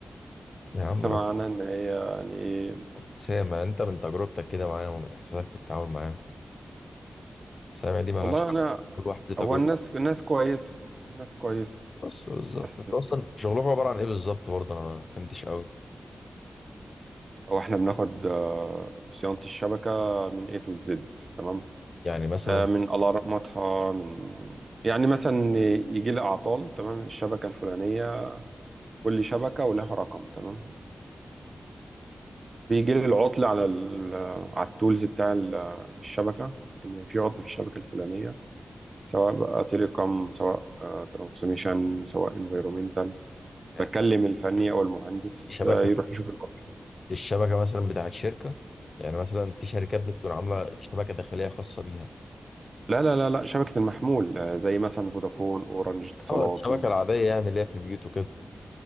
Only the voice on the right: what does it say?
السمع
عنها ان هي يعني ايه
والله
انا
هو الناس الناس كويسة الناس كويسة
بس
هو احنا بناخد آه، صيانة الشبكة من A to Z تمام
آه، من الارماتها من يعني مثلا يجي لي اعطال تمام الشبكة الفلانية كل شبكة ولها رقم تمام بيجي لي العطل على ال على التولز بتاع ال- الشبكة إن في عطل في الشبكة الفلانية سواء بقى تيليكوم سواء ترانسميشن سواء انفيرومنتال بكلم
الفني أو المهندس
آه، يروح يشوف العطل.
لا لا لا لا شبكة المحمول آه، زي مثلا فودافون أورنج اتصالات
وي